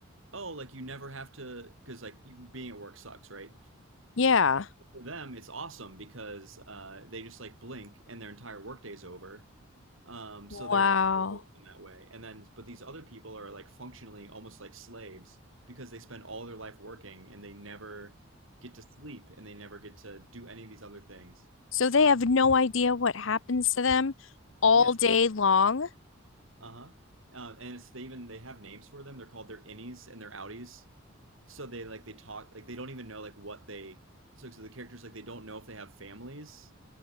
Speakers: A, on the right (about 70°); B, on the left (about 65°).
A: oh like you never have to because like you- being at work sucks right
B: Yeah.
A: for them it's awesome because uh, they just like blink and their entire workday's over um, so they're
B: Wow.
A: like privileged in that way and then but these other people are like functionally almost like slaves because they spend all their life working and they never get to sleep and they never get to do any of these other things
B: So they
A: um,
B: have no idea what happens to them all
A: yes
B: day long.
A: uh-huh uh, and it's, they even they have names for them. They're called their innies and their outies. so they like they talk like they don't even know like what they so, so the characters like they don't know if they have families